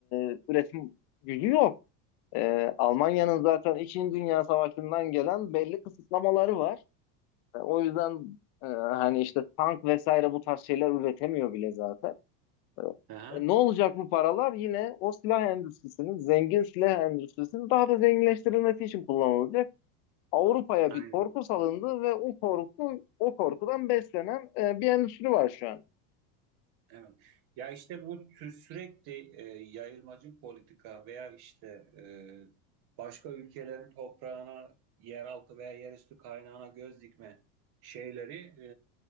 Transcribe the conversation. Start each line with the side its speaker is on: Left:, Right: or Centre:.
Left: e, üretim gücü yok. E, Almanya'nın zaten İkinci Dünya Savaşı'ndan gelen belli kısıtlamaları var. E, o yüzden e, hani işte tank vesaire bu tarz şeyler üretemiyor bile zaten. E,
Right: Aha,
Left: e, Ne olacak bu paralar? Yine o silah endüstrisinin, zengin silah endüstrisinin daha da zenginleştirilmesi için kullanılacak. Avrupa'ya
Right: aynen.
Left: bir korku salındı ve o korku o korkudan beslenen e, bir endüstri var şu an.
Right: Evet. Ya işte bu tü- sürekli e, yayılmacı politika veya işte e, başka ülkelerin toprağına, yeraltı veya yerüstü kaynağına göz dikme şeyleri